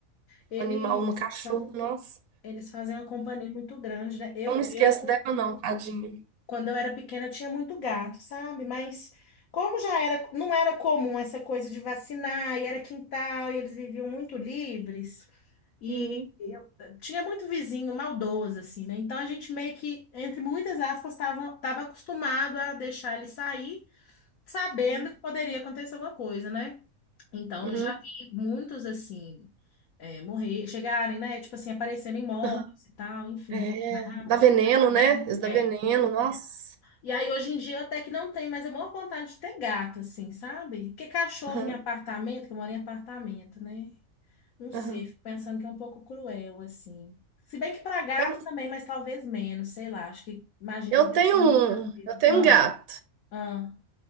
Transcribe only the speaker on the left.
Eles,
fa-
eles fazem uma companhia muito grande, né? Eu,
eu,
quando eu era pequena, eu tinha muito gato, sabe? Mas como já era, não era comum essa coisa de vacinar, e era quintal, e eles viviam muito livres, e
eu tinha muito vizinho maldoso, assim, né? Então a gente meio que, entre muitas aspas, estava tava tava acostumado a deixar ele sair, sabendo
que poderia acontecer alguma coisa, né? Então,
eu já vi muitos, assim, é, morrer, chegarem, né? Tipo assim, aparecerem mortos
e tal, enfim,
veiculados,
principalmente.
É.
E aí, hoje em dia, até que não tem, mas é maior vontade de ter gato, assim, sabe? Porque cachorro
em apartamento, que eu moro em apartamento, né? Não sei,
fico pensando que é um pouco cruel, assim. Se bem que para gato
também, mas talvez menos, sei lá. Acho que, imagino
que deve
ser mais
tranquilo.
Ah,
ah,